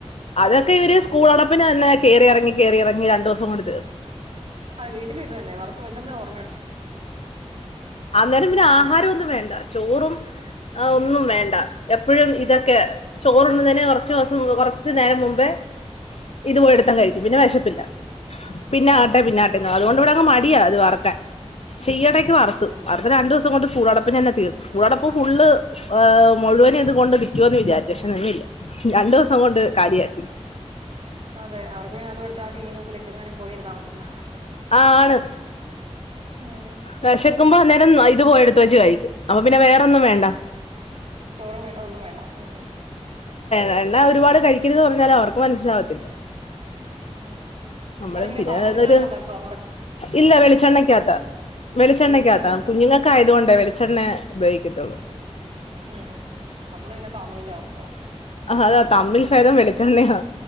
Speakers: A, on the left; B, on the right.
A: അതൊക്കെ
B: ആ
A: ഇവര്
B: അത്
A: സ്കൂളടപ്പിന്
B: പിന്നെ
A: തന്നെ കേറിയെറങ്ങി കേറിയെറങ്ങി രണ്ടൂസം കൊണ്ട് തീർ
B: അത് വീട്ടില് ഇതു തന്നെ വറുത്തു വെക്കുന്നേ ഓ
A: അന്നേരം പിന്നെ ആഹാരവൊന്നും വേണ്ട ചോറും ആ ഒന്നും വേണ്ട എപ്പഴും ഇതൊക്കെ ചോറുണ്ണുന്നതിന് കുറച്ചുസം കൊറച്ച്നേരം മുമ്പേ ഇത് പോയെടുത്തങ്ങ് കഴിക്കും പിന്നെ വിശപ്പില്ല. പിന്നാവട്ടേ
B: ആ
A: പിന്നാവട്ടെന്ന് പറയും അതുകൊണ്ട് ഇവിടങ്ങ് മ ടിയ അത് വറ്ക്കാൻ. ചെ ഈയെടേക്ക് വറുത്തു
B: ഉം
A: വറുത്തത് രണ്ടൂസം കൊണ്ട് സ്കൂളടപ്പിന തന്നെ തീർത്തു സ്കൂൾ അടപ്പ് ഫുള്ള് മുഴുവനും ഇത് കൊണ്ട് നിൽക്കുവന്ന് വിചാരിച്ചു പക്ഷെ നിന്നില്ല രണ്ടു ദിവസം കൊണ്ട് കാലിയാക്കി.
B: അതെ അവർക്ക് അത് എടുത്ത ആ ടിവിന്റെ മുൻപിലെക്കെങ്ങനും പോയിരുന്നാ മതിയല്ല.
A: ആ ആണ്.
B: ഉം
A: വെശക്കുമ്പോ അന്നേരം ന്ന ഇത് പോയെടുത്ത് വെച്ച് കഴി ക്കും. അപ്പൊ പിന്നെ വേറൊന്നും വേണ്ട
B: ചോറും വേണ്ട ഒന്നും വേണ്ട ഉം
A: രെണ്ണ ഒരുപാട് കഴിക്കരുന്ന് പറഞ്ഞാല് അവർക്ക് മനസ്സിലാവത്തില്ല
B: ഉഹും
A: നമ്മള്
B: അതെങ്ങനെ
A: പിന്നെ
B: പാമോയിലാണോ
A: ഒരു
B: ഇണ്ടാക്കുക
A: ഇല്ല വെളിച്ചെണ്ണക്കാത്ത വെളിച്ചെണ്ണക്കാത്ത
B: വെളിച്ചെണ്ണ വറക്കും
A: കുഞ്ഞുങ്ങക്ക് ആയതുകൊണ്ട് വെളിച്ചെണ്ണേ ഉപയോഗിക്കത്തൊള്ളൂ
B: ഉഹും നമ്മള് പിന്ന പാമോയിൽലാ വറക്കുക.
A: ആ അതാ തമ്മിൽ ഫേദം വെളിച്ചെണ്ണയാ